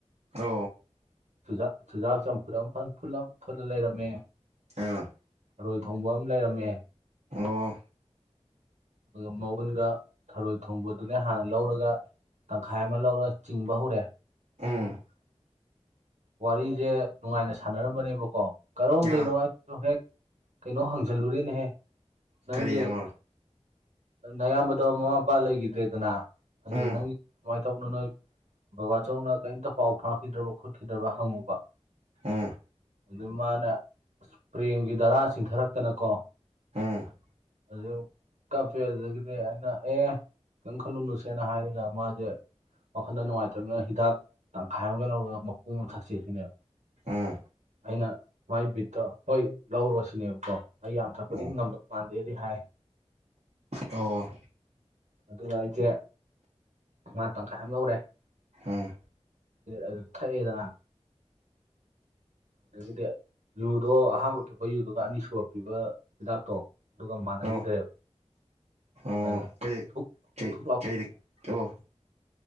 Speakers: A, on the right; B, on the right.
A: ꯑ
B: ꯨ ꯆꯨꯖꯥꯛ ꯆꯝꯐꯨꯠ ꯑꯃ ꯐꯨꯠꯂ ꯂꯩꯔꯝꯃꯦ
A: ꯑ
B: ꯈꯔꯣꯏ ꯊꯣꯡꯕ ꯑꯃ ꯂꯩꯔꯝꯃꯦ
A: ꯑꯣ
B: ꯑꯗꯨꯒ ꯃꯎꯨꯟꯒ ꯊꯔꯣꯏ ꯊꯣꯡꯕꯗꯨꯅ ꯍꯥꯟꯅ ꯂꯧꯔꯒ ꯇꯪꯈꯥꯏ ꯑꯃ ꯂꯧꯔꯒ ꯆꯤꯡꯕ ꯍꯧꯔꯦ
A: ꯎꯝ
B: ꯋꯥꯔꯤꯁꯦ ꯅꯨꯡꯉꯥꯏꯅ ꯁꯥꯟꯅꯔꯝꯕꯅꯦꯕꯀꯣ ꯀꯔꯣꯝꯗꯩꯅꯣ
A: ꯑ
B: ꯍꯦꯛ ꯀꯩꯅꯣ ꯍꯪꯖꯜꯂꯨꯔꯦꯅꯦꯍꯦ ꯅꯪꯒꯤ
A: ꯀꯔꯤ ꯌꯦꯔꯣ
B: ꯅꯌꯥꯝꯕꯗꯣ ꯃꯃꯥ ꯃꯄꯥ ꯂꯩꯈꯤꯗ꯭ꯔꯦꯗꯅ ꯑꯗꯨ
A: ꯎꯝ
B: ꯅꯪꯒꯤ ꯃꯥꯒꯤ ꯇꯧꯅ ꯅꯣꯏ ꯕꯕꯥ ꯆꯧꯅ ꯀꯔꯤꯝꯇ ꯄꯥꯎ ꯐꯥꯎꯔꯛꯈꯤꯗ꯭ꯔꯕ ꯈꯣꯠꯈꯤꯗ꯭ꯔꯕ ꯍꯪꯉꯨꯕ
A: ꯑꯥ
B: ꯑꯗꯨ ꯃꯥꯅ ꯑꯁ ꯄ꯭ꯔꯦꯝꯒꯤ ꯙꯔꯥ ꯆꯤꯟꯊꯔꯛꯇꯅꯀꯣ
A: ꯎꯝ
B: ꯑꯗꯨ ꯀꯞꯄꯦ ꯑꯗꯨꯗꯒꯤꯗꯤ ꯑꯩꯅ ꯑꯦ ꯀꯩꯝ ꯈꯜꯂꯨꯅꯨꯁꯦꯅ ꯍꯥꯏꯔꯒ ꯃꯥꯁꯦ ꯋꯥꯈꯜꯟꯗ ꯅꯨꯡꯉꯥꯏꯇ꯭ꯔꯕꯅꯤꯅ ꯍꯤꯗꯥꯛ ꯇꯪꯈꯥꯏ ꯑꯃꯒ ꯂꯧꯔꯒ ꯃꯄꯨꯝ ꯑꯃ ꯊꯛꯁꯦ ꯁꯤꯅꯦꯕ
A: ꯎꯝ
B: ꯑꯩꯅ ꯃꯥꯏ ꯕꯤꯠꯇ ꯍꯣꯏ ꯂꯧꯔꯨꯔꯁꯤꯅꯦꯕꯀꯣ ꯑꯩ ꯌꯥꯝ ꯊꯛꯄꯗꯤ
A: ꯎꯝ
B: ꯉꯝꯗꯧꯕ ꯃꯥꯟꯗꯦꯗꯤ ꯍꯥꯏ
A: ꯑꯣ
B: ꯑꯗꯨꯒ ꯑꯩꯁꯦ ꯃꯥ ꯇꯪꯈꯥꯏ ꯑꯃ ꯂꯧꯔꯛꯑꯦ
A: ꯑꯥ
B: ꯑꯗꯨ ꯊꯛꯑꯦꯗꯅ ꯑꯗꯒꯤꯗꯤ ꯌꯨꯗꯣ ꯑꯍꯥꯟꯕ ꯄꯤꯔꯛꯄ ꯌꯨꯗꯨꯒ ꯑꯅꯤ ꯁꯨꯕꯄꯤꯕ ꯍꯤꯗꯥꯛꯇꯣ ꯑꯗꯨꯒ ꯃꯥꯟꯅꯈꯤꯗ꯭ꯔꯦꯕ
A: ꯑꯣ ꯑꯣ
B: ꯑꯗꯨꯗ
A: ꯀꯩ
B: ꯊꯨꯛ
A: ꯀꯩ
B: ꯊꯨꯛ ꯂꯥꯎ
A: ꯀꯩ ꯑꯣ